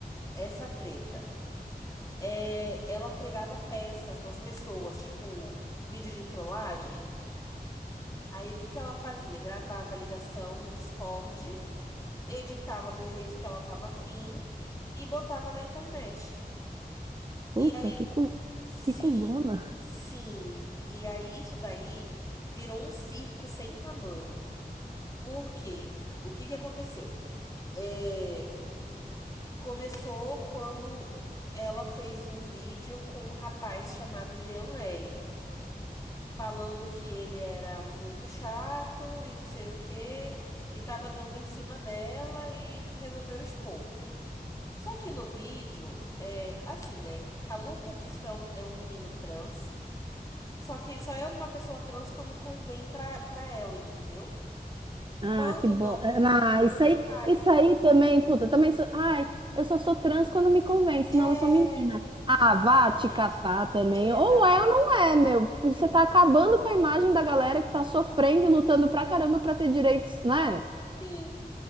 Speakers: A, on the left (about 20°); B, on the right (about 30°).
A: essa treta. É, ela pregava peças nas pessoas, tipo vídeo de trollagem. Aí o que que ela fazia? Gravava a ligação do Discord, editava do jeito que ela tava afim e botava na internet.
B: Puta,
A: E aí
B: que, cu...
A: Sim,
B: que cuzona.
A: sim. E aí isso daí virou um circo sem tamanho. Por quê? O que que aconteceu? É, começou quando ela fez um vídeo com um rapaz chamado Jean L, falando que ele era muito chato e não sei o quê, e tava dando em cima dela e que resolveu expor. Só que no vídeo, é assim, né? Haluca diz que é um, é um menino trans. Só que só é uma pessoa trans quando convém pra, pra ela, entendeu?
B: Ah,
A: Quando
B: que bo...
A: não convém,
B: é, Ah,
A: tanto
B: isso aí,
A: faz.
B: isso aí também, puta, também sou... Ai, eu só sou trans quando me convém, senão
A: É,
B: eu sou menina. Ah,
A: exatamente.
B: vá te catar também.
A: Exatamente.
B: Ou é ou não é, meu. Você tá acabando com a imagem da galera que tá sofrendo e lutando pra caramba pra ter direitos, né?
A: Sim.